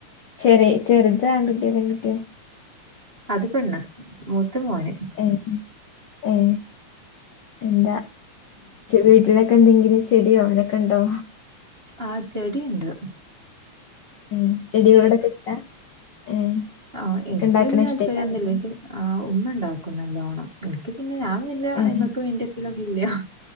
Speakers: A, on the left (about 70°); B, on the right (about 25°).
A: ചെറി ചെറുത് ആൺകുട്ടിയോ പെൺകുട്ടിയോ
B: അത് പെണ്ണ് മൂത്ത് മോന്
A: ഏ ഏ എന്താ വീട്ടിലൊക്കെ എന്തെങ്കിലും ചെടിയോ അങ്ങനൊക്കെ ഉണ്ടോ
B: ആ ചെടി ഇണ്ട്
A: ഉം ചെടികളോടൊക്കെ ഇഷ്ടാ ഏഹ്
B: ആഹ് എനിക്ക്
A: ഒക്കെ ഉണ്ടാക്കണ
B: വല്ലിയ താല്പര്യംന്നുല്ല
A: ഇഷ്ടേക്കാരം
B: ഇൻക്ക് ആഹ് ഉമ്മ ഉണ്ടാക്കും നല്ലോണം. എനിക്ക് പിന്നെ ഞാൻ വല്ല
A: ഏഹ്
B: ഐമക്ക് മൈന്റക്കലൊന്നു ഇല്ല